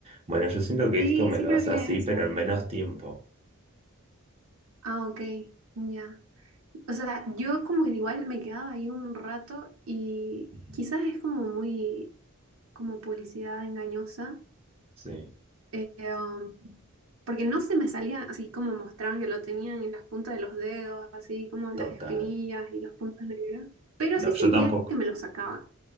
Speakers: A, on the right (about 30°); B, on the right (about 80°).
A: Bueno, yo siento que
B: Sí,
A: esto me
B: sí,
A: lo
B: pero
A: hace
B: bien
A: así,
B: eso.
A: pero en menos tiempo.
B: Ah, ok, ya. O sea, yo como que igual me quedaba ahí un rato y
A: Ujú.
B: quizás es como muy, como publicidad engañosa,
A: Sí,
B: eh, um, porque no se me salía así como mostraban que lo tenían en las puntas de los dedos, así como las
A: total.
B: espinillas y los puntos negros, pero
A: No,
B: sí sentía
A: yo tampoco,
B: que me los sacaba.